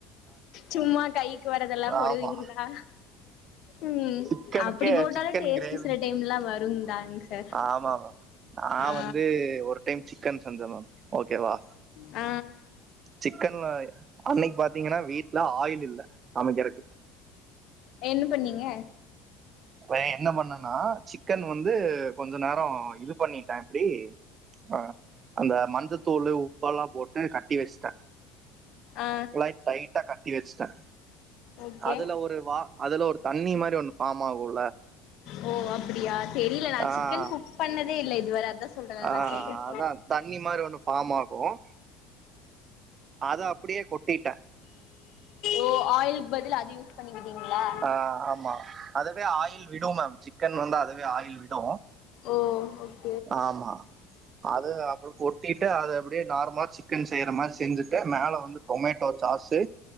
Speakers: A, on the left; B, on the right.
A: சும்மா கைக்கு வரதெல்லா போடுவீங்ளா
B: ஆமா
A: ம்
B: சிக்கனுக்கே
A: அப்படி போட்டாலு
B: சிக்கன்
A: டேஸ்ட்டு
B: கிரேவி
A: சில டைம்ல்லா வருங்தாங் சார்
B: ஆமா மேம் நா
A: ஆ
B: வந்து ஒரு டைம் சிக்கன் செஞ்ச மேம் ஓகேவா
A: ஆ
B: சிக்கன்னு அன்னைக் பாத்தீங்கனா வீட்ல ஆயில் இல்ல சமைக்கிறக்கு
A: என்ன பண்ணீங்க
B: அப்ப என்ன பண்ணனா சிக்கன் வந்து கொஞ்ச நேரோ இது பண்ணி ட்ட இப்டி ஆ அந்த மஞ்சத்தூளு, உப்பெல்லா போட்டு கட்டி வெஸ்ட்டே
A: ஆ
B: எல்லா டைட்டா கட்டி வெச்ட்டே
A: ஓகே
B: அதுல ஒரு வா அதுல ஒரு தண்ணி மாரி ஒன்னு ஃபாம் ஆகுல்ல
A: ஓ அப்பிடியா தெரில நா
B: ஆஹ்
A: சிக்கன் குக் பண்ணதே இல்ல இதுவர அதா சொல்றே
B: ஆஹ்
A: நா சிக்கன்
B: அதான் தண்ணி மாதிரி ஒண்ணு ஃபார்ம் ஆகும் அத அப்பிடியே கொட்டிட்டே
A: ஓ ஆயில்க் பதிலா அத யூஸ் பண்ணிக்கிட்டீங்ளா
B: ஆ ஆமா அதுவே ஆயில் விடு மேம் சிக்கன் வந்து அதுவே ஆயில் விடு
A: ஓ ஓ
B: ஆமா அது அப்பறோ கொட்டிட்டு அது அப் டியே நார்மலா சிக்கன் செய்யற மாரி செஞ்சுட்டு மேல வந்து டொமேட்டோ சாஸு